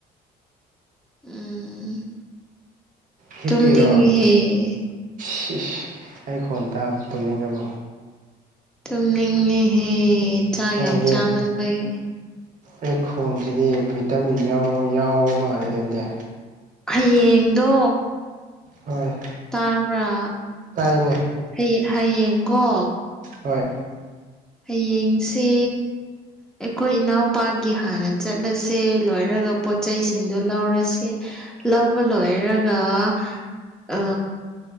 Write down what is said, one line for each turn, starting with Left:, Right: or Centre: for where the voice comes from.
Centre: ꯎꯨꯝ
Right: ꯍꯤꯞꯄꯤꯔꯣ
Centre: ꯇꯨꯝꯅꯤꯡꯉꯤꯍꯦ
Right: ꯁꯤꯁ ꯑꯩ ꯈꯣꯟ ꯇꯥꯕ ꯇꯨꯝꯅꯤꯡꯉꯕꯣ
Centre: ꯇꯨꯝꯅꯤꯡꯉꯦꯍꯦ ꯆꯥꯛ
Right: ꯅꯪꯗꯤ
Centre: ꯌꯥꯝ ꯆꯥꯃꯟꯕꯒꯤ
Right: ꯑꯩ ꯈꯣꯟꯁꯤꯗꯤ ꯚꯤꯇꯥꯃꯤꯟ ꯌꯥꯎꯕ ꯌꯥꯎꯕ ꯃꯥꯜꯂꯦ ꯅꯗꯦ
Centre: ꯍꯌꯦꯡꯗꯣ
Right: ꯍꯣꯏ
Centre: ꯇꯥꯕ꯭ꯔꯥ
Right: ꯇꯥꯏꯅꯦ
Centre: ꯑꯩ ꯍꯌꯦꯡꯀꯣ
Right: ꯍꯣꯏ
Centre: ꯍꯌꯦꯡꯁꯦ ꯑꯩꯈꯣꯏ ꯏꯅꯥꯎꯄꯥꯒꯤ ꯍꯥꯟꯅ ꯆꯠꯂꯁꯦ ꯂꯣꯏꯔꯒ ꯄꯣꯠꯆꯩꯁꯤꯡꯗꯣ ꯂꯧꯔꯁꯦ ꯂꯧꯕ ꯂꯣꯏꯔꯛ <unintelligible> ꯑꯥ